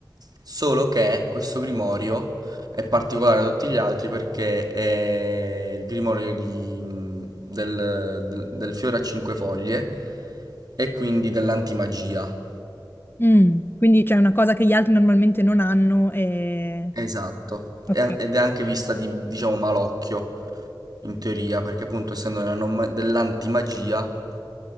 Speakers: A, on the right; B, on the left.
A: Solo che questo grimorio è particolare da tutti gli altri perché è il grimorio di- del, del- del fiore a cinque foglie e quindi dell'antimagia.
B: Mm, quindi c'è una cosa che gli altri normalmente non hanno e...
A: Esatto.
B: Ok.
A: E- Ed è anche vista di, diciamo, malocchio in teoria, perché appunto essendo nella non ma- dell'antimagia